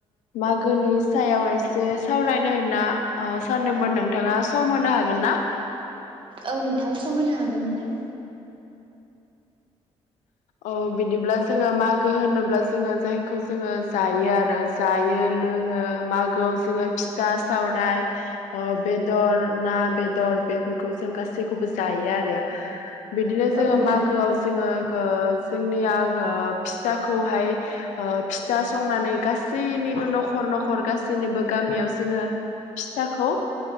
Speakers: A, on the left (about 80°); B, on the right (about 40°).
A: मागोनि सायाव एसे सावरायनो होनना सानदोंमोन नोंथाङा सम होनो हागोन ना
B: औ नोंथां सम होनो हागोन नोंथां
A: औ बिदिब्ला जोङो मागो होनोब्ला जोङो जायखौ जोङो जायो आरो जायो लोङो मागोआव जोङो फिथा सावराय अ बेदर ना बेदर बेफोरखौ जों गासैखौबो जायो आरो बिदिनो जोङो
B: औ नोंथां
A: मागोआव जोङो गो जोंनि फिथाखौहाय ओ फिथा संनानै गासैनिबो न'खर न'खर गासैनिबो गामियाव जोङो फिथाखौ